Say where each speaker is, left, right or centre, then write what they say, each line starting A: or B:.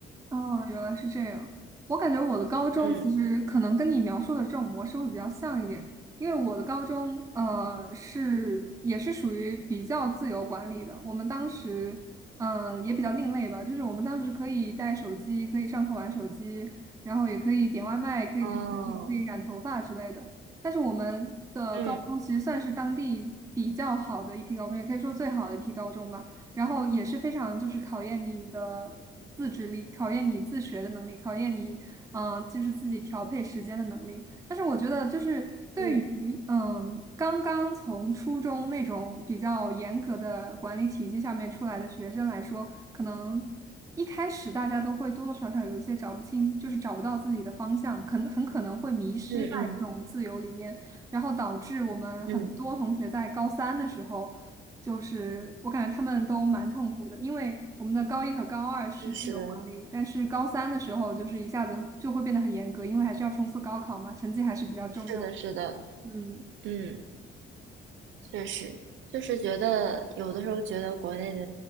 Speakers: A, on the right; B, on the right.
A: 哦，原来是这样。我感觉我的高中其实可能跟你描述的这种模式会比较像一点，
B: 嗯，
A: 因为我的高中呃是也是属于比较自由管理的。我们当时嗯、呃也比较另类吧，就是我们当时可以带手机，可以上课玩手机，然后也可以点外卖，可以谈恋爱，
B: 哦，
A: 可以染头发之类的。但是我们的高中其实算是当地比较好的一批高中，
B: 嗯
A: 也可以说最好的一批高中吧。然后也是非常就是考验你的自制力，考验你自学的能力，考验你嗯、呃就是自己调配时间的能力。但是我觉得就是对于嗯刚刚从初中那种比较严格的管理体系下面出来的学生来说，
B: 嗯
A: 可能。一开始大家都会多多少少有一些找不清，就是找不到自己的方向，可能很可能会迷失在这种自由里面，
B: 嗯嗯
A: 然后导致我们很多同学在高三的时候。
B: 嗯，
A: 就是我感觉他们都蛮痛苦的，因为我们的高一和高二是自由管理，
B: 就是
A: 但是高三的时候就是一下子就会变得很严格，因为还是要冲刺高考嘛，成绩还是比较重要。
B: 是的，是的，
A: 嗯，
B: 嗯。确实，就是觉得有的时候觉得国内的